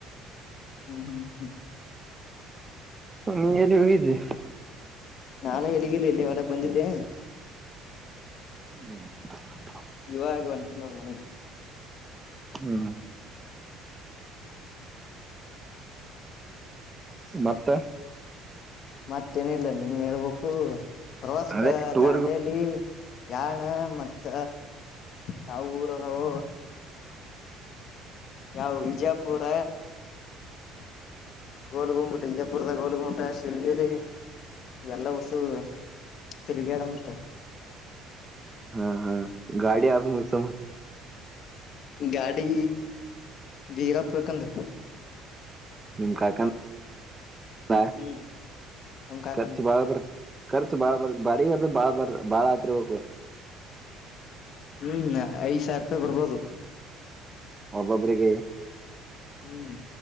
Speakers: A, on the left (about 60°); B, on the right (about 25°).
A: ಹ್ಮ್ ಹ್ಮ್ ಹ್ಮ್
B: ನೀ ಎಲ್ಲಿ ಹೋಗಿದ್ದೆ
A: ನಾನು ಎಳಗಿಲ್ಲ ಇಲ್ಲಿ ಹೊರಗೆ ಬಂದಿದ್ದೆ
B: ಹ್ಮ ಹ್ಮ್
A: ಇವ ಆಗ ಒಂಟ ನೋಡ್ ಮನಿಗ್
B: ಹ್ಮ ಮತ್ತೆ
A: ಮತ್ತೇನಿಲ್ಲ ನೀನ್ ಹೇಳ್ಬೇಕು ರೋಸ್ಕ
B: ಅದೇ ಟೂರ್ಗ
A: ದಾಂಡೇಲಿ ಯಾಣ ಮತ್ತ ಯಾವ ಊರ ಅದಾವ ಯಾವವು ವಿಜಯಪುರ ಗೋಲ್ ಗುಂಬಿಟ ವಿಜಯಪುರದ ಗೋಲ್ ಗುಂಬಿಟ ಶಿವಗಿರಿ ಇವೆಲ್ಲ ಉಸು ತಿರುಗಡ ಮ
B: ಹಾ ಹಾ ಗಾಡಿ ಆ ಮುಗಸಮ
A: ಗಾಡಿ ವೀರ ಪ್ರಕಂದ
B: ನಿಮ್ ಕಾಯಕ ಹ
A: ಹ್ಮ್ ನಮ್ ಕಾಕಂದು
B: ಖರ್ಚು ಬಾಳ ಬರ್ ಖರ್ಚು ಬಾಳ ಬರ್ ಬಾಡಿರ್ ಬಾಳ ಬರ್ ಬಾಳ ಹತ್ರ್ಬೇಕು
A: ಹ್ಮ್ ಐದ್ ಸಾವಿರ ರೂಪಾಯಿ ಬರ್ಬೋದು
B: ಒಬ್ಬೊಬ್ರಿಗೆ
A: ಹ್ಮ್